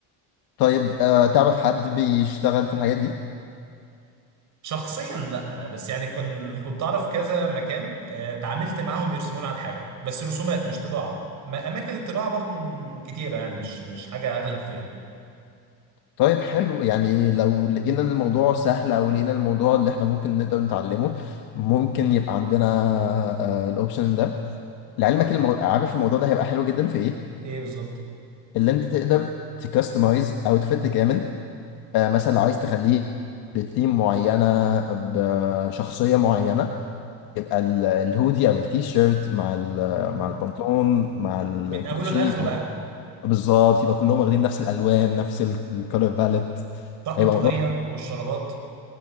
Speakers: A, on the left; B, on the right.
A: طيب آه تعرف حد بيشتغل في الحاجات دي
B: شخصيا لا بس يعني كن كنت اعرف كذا مكان آه، تعاملت معاهم يرسمون على حاجه بس رسومات مش طباعه ما اماكن الطباعه برضه م- كتيره يعني مش مش حاجه اغلب فيها
A: طيب حلو يعني لو لقينا إن الموضوع سهل او لقينا الموضوع اللي احنا ممكن نقدر نتعلمه ممكن يبقى عندنا آه الاوبشن ده لعلمك المو... عارف الموضوع ده هيبقى حلو جدا في ايه
B: ايه بالظبط
A: اللي انت تقدر تكستمايز اوتفيت كامل آه مثلا لو عايز تخليه بثيم معينة بشخصية معينة يبقى ال- الهودي او التي شيرت مع ال-
B: مم.
A: مع البنطلون مع الكوتشي
B: من اوله لاخره
A: يبقى
B: بقى
A: بالظبط يبقى كلهم واخدين نفس الالوان نفس الكالر باليت
B: طقم
A: هيبقى
B: طاقيه
A: موضوع
B: والشرابات